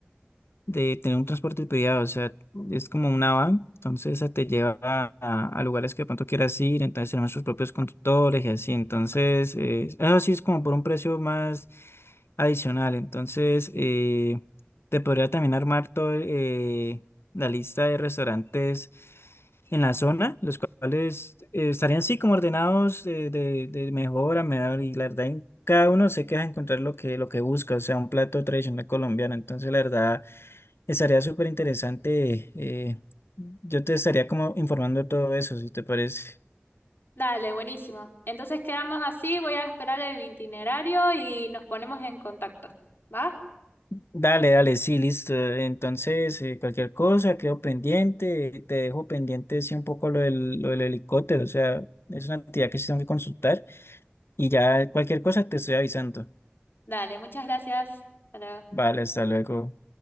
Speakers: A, on the left; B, on the left.
A: de tener un transporte privado, o sea, es como una van, entonces esa te lleva a, a- a lugares que de pronto quieras ir, entonces tenemos sus propios conductores y así, entonces, eh, eso sí es como por un precio más adicional, entonces eh, te podría también armar todo eh, la lista de restaurantes en la zona, los cuales eh, estarían así como ordenados eh, de, de mejor a menor y la verdad en cada uno sé que vas a encontrar lo que, lo que busca, o sea, un plato tradicional colombiano, entonces la verdad... Estaría súper interesante. eh, yo te estaría como informando de todo eso, si te parece.
B: Dale, buenísimo. Entonces quedamos así, voy a esperar el itinerario y nos ponemos en contacto. ¿Va?
A: Dale, dale, sí, listo. Entonces, eh, cualquier cosa, quedo pendiente. Te dejo pendiente, sí, un poco lo del, lo del helicóptero. O sea, es una actividad que sí tengo que consultar. Y ya cualquier cosa te estoy avisando.
B: Dale, muchas gracias. Hasta luego.
A: Vale, hasta luego.